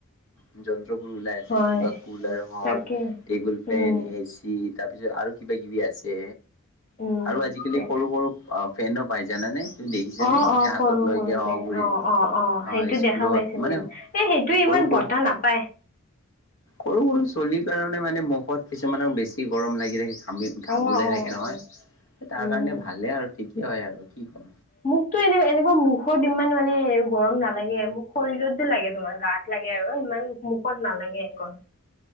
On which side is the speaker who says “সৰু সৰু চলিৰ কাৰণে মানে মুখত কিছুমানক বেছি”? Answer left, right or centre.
Left